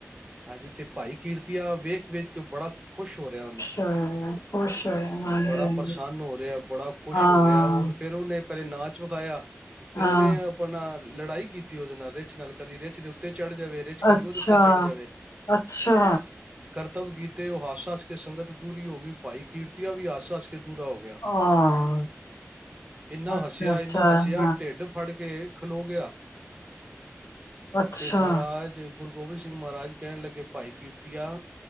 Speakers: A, on the right; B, on the left.
A: ਹਾਂਜੀ ਤੇ ਭਾਈ ਕੀਰਤੀਆਂ ਵੇਖ ਵੇਖ ਕੇ ਬੜਾ ਖੁਸ਼ ਹੋ ਰਿਹਾ ਉਹਨੂੰ
B: ਹੋਏ, ਖੁਸ਼ ਹੋਏ, ਹਾਂਜੀ-ਹਾਂਜੀ,
A: ਬੜਾ ਪ੍ਰਸੰਨ ਹੋ ਰਿਹਾ ਬੜਾ ਖੁਸ਼
B: ਹਾਂ।
A: ਹੋ ਰਿਹਾ ਹੁਣ ਫੇਿਰ ਉਹਹਨੇ ਪਰਰੇ ਨਾਚ ਵਿਕਾਇਆ ਫੇਿਰ
B: ਹਾਂ,
A: ਉਹਨੇ ਆਪਣਾ ਲੜਾਈ ਕੀਤੀ ਉਹਦੇ ਨਾਲ ਰ ਨਾਲ ਕਦੀ ਰਚ ਦੇ ਉੱਤੇ ਚੜ੍ਹ ਜਾਵੇ ਰਿਛ ਕਦੀ
B: ਅੱਛਾ,
A: ਉਹਦੇ ਉਤੇ ਚੜ੍ਹ ਜਾਵੇ
B: ਅੱਛਾ,
A: ਕਰਤਵ ਗੀਤ ਤੇ ਉਹ ਹਾਦਸਾ ਚ ਕੇ ਸੰਗਤ ਦੂਰੀ ਹੋ ਗਈ ਭਾਈ ਕੀਰਤੀਆਂ ਵੀ ਆਸਾ ਦੂਰਾ ਹੋ ਗਿਆ
B: ਹਾਂ।
A: ਇੰਨਾ
B: ਅੱਛਾ,
A: ਹੱਸਿਆ
B: ਅੱਛਾ,
A: ਇੰਨਾ ਹੱਸਿਆ
B: ਹਾਂ,
A: ਢਿੱਡ ਫੜ ਕੇ ਕੇ ਖਲੋ ਗਿਆ
B: ਅੱਛਾ,
A: ਤੇ ਮਹਾਰਾਜ ਗੁਰੂ ਗੋਬਿੰਦ ਸਿੰਘ ਮਹਾਰਾਜ ਕਹਿਣ ਲੱਗੇ ਭਾਈ ਕੀਰਤੀਆਂ